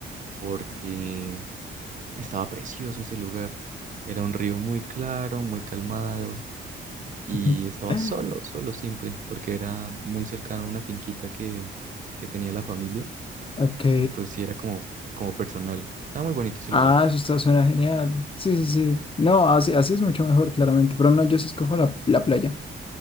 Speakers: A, on the right (about 40°); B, on the left (about 25°).
A: porque estaba precioso ese lugar. Era un río muy claro, muy calmado
B: <laughs>
A: y estaba solo, solo siempre, porque era muy cercano a una finquita que, que tenía la familia.
B: Ok.
A: Entonces sí era como, como personal. Estaba muy bonito ese lugar.
B: Ah, eso está, suena genial. Sí, sí, sí. No, así, así es mucho
A: Yo-
B: mejor, claramente. Pero no, yo sí escojo la, la playa,